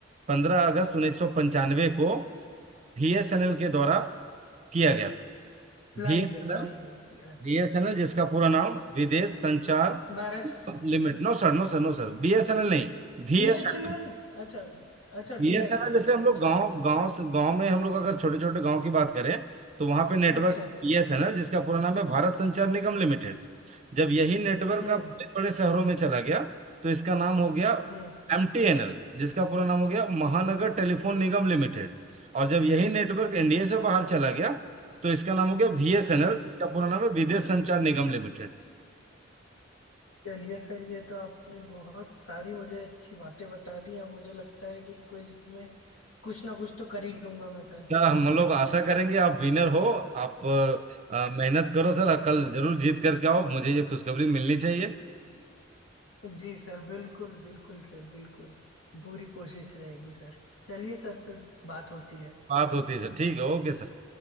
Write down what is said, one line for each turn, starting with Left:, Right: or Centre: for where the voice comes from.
Right: 15 अगस्त 1995 को बीएसएनएल के द्वारा किया गया था
Left: लाई
Right: बीएसएनएल
Left: गई लाई गई थी अच्छा
Right: बीएसएनएल जिसका पूरा नाम Videsh Sanchar
Left: बारह
Right: limit no sir no sir no sir BSNL नहीं बीएसएनएल
Left: बीएसएनएल अच्छा अच्छा
Right: ये
Left: बीएसएनएल
Right: ऐसा ना जैसे हम
Left: अच्छा
Right: लोग गांव
Left: अच्छा
Right: गांव से गांव में हम लोग अगर छोटे छोटे गांव की बात करें तो वहां पे नेटवर्क
Left: अच्छा
Right: बीएसएनएल जिसका पूरा नाम है भारत संचार निगम लिमिटेड जब यही नेटवर्क
Left: हम्म
Right: का बड़े बड़े शहरों में चला गया तो इसका नाम हो गया
Left: हम्म
Right: एमटीएनएल जिसका पूरा नाम हो गया महानगर टेलीफोन निगम लिमिटेड और जब यही नेटवर्क इंडिया से बाहर चला गया तो इसका नाम हो गया बीएसएनएल
Left: हम्म
Right: जिसका पूरा नाम है विदेश संचार निगम लिमिटेड
Left: चलिए सर ये तो आपने बहुत सारी मुझे अच्छी बातें बता दी अब मुझे लगता है कि क्विज में कुछ ना कुछ तो कर ही लूंगा मैं कल
Right: सर हम लोग आशा करेंगे आप विनर हो आप अ, अ, मेहनत करो सर कल जरूर जीत करके आओ मुझे ये खुशखबरी मिलनी चाहिए
Left: जी सर बिल्कुल बिल्कुल सर बिल्कुल पूरी कोशिश रहेगी सर चलिए सर फिर बात होती है
Right: बात होती है सर ठीक है ओके सर